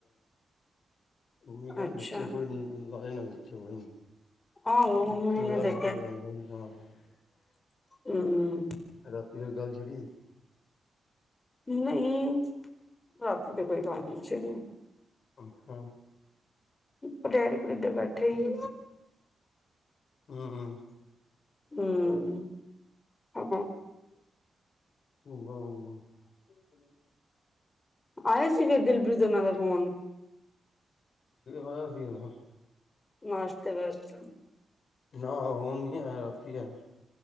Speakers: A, on the left; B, on the left.
A: ਉਹ ਵੀ ਕਹਿੰਦੇ
B: ਅੱਛਾ
A: ਵਿੱਚ ਕੋਈ ਨੀ ਲਾਏ ਨਾ ਵਿੱਚ ਕੋਈ ਨੀ
B: ਆਹੋ ਮੰਮੀ
A: ਇ ਹੋਇਆ
B: ਨੇ ਤੇ
A: ਸ <unintelligible>
B: ਹਮ
A: ਰਾਤੀ ਮ ਗੱਲ ਛੇੜੀ ਸੀ
B: ਨਹੀਂ ਰਾਤੀ ਤੇ ਕੋਈ ਗੱਲ ਨਹੀ ਛੇੜੀ ਮੈਂ
A: ਆਹ ਹਾਂ
B: ਪਟਹਿਰੇ ਪੂਰੇ ਦੇ ਬੈਠੇ ਹੀ
A: ਹਮ ਹਮ
B: ਹਮ ਹਾ
A: <unintelligible>
B: ਆਏ ਸੀ ਫਿਰ ਦਿਲਪ੍ਰੀਤ ਹੋਣਾ ਦਾ ਫ਼ੋਨ
A: ਆਇਆ ਸੀ ਨਾ
B: ਨਾਸਤੇ ਵਿੱਚ
A: ਨਾ ਹੁਣ ਨੀ ਆਇਆ ਰਾਤੀ ਆਇਆ